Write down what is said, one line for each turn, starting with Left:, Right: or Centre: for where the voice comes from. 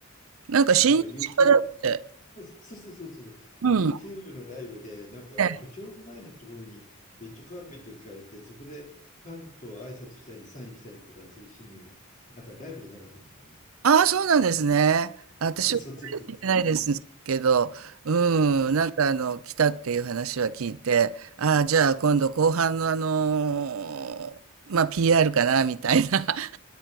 Right: なんか親日家だって。
Left: なんか YouTube、そうそうそうそうそう、
Right: うん。
Left: YouTube のライブで、なんか都庁前のところにレッドカーペットを引かれて、
Right: ええ。
Left: そこでファンと挨拶したり、サインしたりとかするシーン、なんかライブで流してましたね。
Right: ああ、そうなんですね。私は聞いてないですけど、
Left: そうそうそうそうそう。
Right: うん、なんかあの、来たっていう話は聞いて、ああ、じゃあ今度後半のあのーまあ、PR かな、みたいな、<laughs>